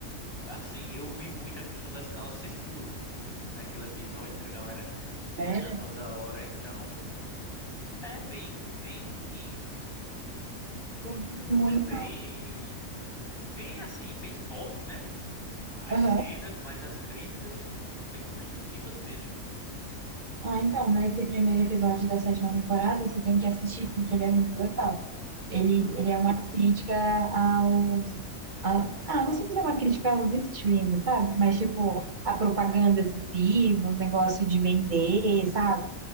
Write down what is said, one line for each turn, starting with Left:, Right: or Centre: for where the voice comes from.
Left: assim, eu vi muito a questão da escala 6 por um naquele episódio que a galera Tem
Right: sério?
Left: que estar toda hora, então é bem, bem,
Right: Eu vi muito.
Left: é bem, bem assim, bem forte, né? As
Right: Aham.
Left: cenas, mas as críticas são bem construtivas mesmo.
Right: Ah, então, nesse primeiro episódio da sétima temporada, você tem que assistir porque ele é muito legal. Ele,
Left: Eu,
Right: ele é uma crítica aos. a- ah, não sei se é uma crítica aos streams, sabe? Mas, tipo, a propaganda excessiva, o negócio de vender, sabe?